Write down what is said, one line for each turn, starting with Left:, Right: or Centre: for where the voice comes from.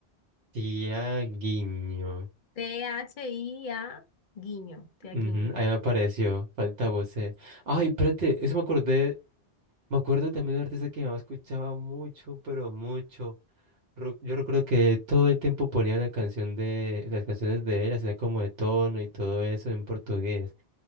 Right: Tiaguinho.
Left: T-H-I-A, Guiño, Tiaguiño.
Right: Ujú, ahí me apareció, falta voce. Ay, espérate, eso me acordé, me acuerdo también de un artista que mi mamá escuchaba mucho, pero mucho. Ro- Yo recuerdo que todo el tiempo ponía una canción de, las canciones de él, hacía como de tono y todo eso en portugués.